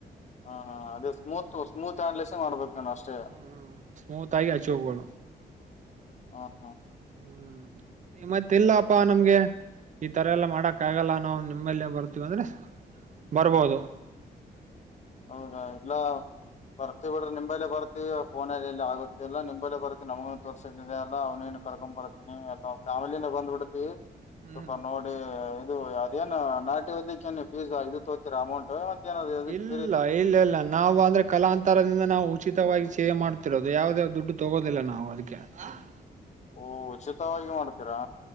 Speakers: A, on the left; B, on the right.
A: ಹಾ ಹಾ ಅದೇ ಸ್ಮೂತ್ ಸ್ಮೂತ್ ಆಡ್ಲೆಸೇ ಮಾಡ್ಬೇಕು ಎನ ಅಷ್ಟೇ
B: ಹ್ಮ್ ಸ್ಮೂತ್ ಆಗಿ ಅಚೋಕೋ ಹೋಗ
A: ಹಾ ಹಾ
B: ಹುಂ ಮತ್ತೆ ಇಲ್ಲಾಪಾ ನಮ್ಗೆ ಈ ತರಾ ಎಲ್ಲಾ ಮಾಡಕ್ ಆಗಲ್ಲಾ ನಾವು ನಿಮ್ಮೇಲ್ಲೆ ಬರ್ತೀವ ಅಂದ್ರೆ ಬರಬಹುದು
A: ಹೌದಾ ಇಲ್ಲಾ ಬರ್ತಿ ಬಿಡ್ರೆ ನಿಂಬೇ ಬರ್ತಿವಿ ಫೋನಲ್ಲಿ ಎಲ್ಲಿ ಆಗುತ್ತಿಲ್ಲಾ ನಿಂಬಲ್ಲೇ ಬರ್ತಿ ನಮಗು ತೋರಿಸಿದ ಅಲ್ಲಾ ಅವ್ನೇನು ಕರ್ಕೊಂಡ್ ಬರ್ತೀನಿ ಎಲ್ಲಾ ಫ್ಯಾಮಿಲಿನ್ ಬಂದ್ ಬಿಡತಿವಿ
B: ಹ್ಮ್
A: ಸ್ವಲ್ಪ ನೋಡಿ ಇದು ಅದೇನ್ ನಾಟಿ ವೈದ್ಯಕ್ಕ ಏನ್ ಫೀಸ್ ಇದು ತೋತೀರಾ ಅಮೌಂಟ್ ಮ ಏನದು ಅದು <unintelligible>
B: ಇಲ್ಲೆ ಇಲ್ಲಾ ನಾವು ಅಂದ್ರೆ ಕಲಾಂತರದಿಂದ ನಾವು ಉಚಿತವಾಗಿ ಸೇವೆ ಮಾಡ್ತಿರೋದು ಯಾವವುದೇವ ದುಡ್ಡು ತಗೋದಿಲ್ಲಾ ನಾವು ಅದಕ್ಕೆ ಕ <unintelligible>
A: ಓ ಉಚಿತವಾಗಿ ಮಾಡ್ತೀರಾ